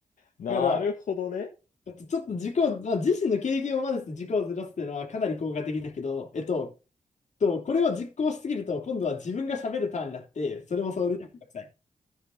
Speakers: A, on the left; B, on the left.
A: なるほどね。
B: だから、えっと、ちょっと自己、まあ、自身の経験を混ぜて軸をずらすっていうのはかなり効果的だけど、えっと、とこれを実行しすぎると、今度は自分が喋るターンになって、それもそれでめんどくさい。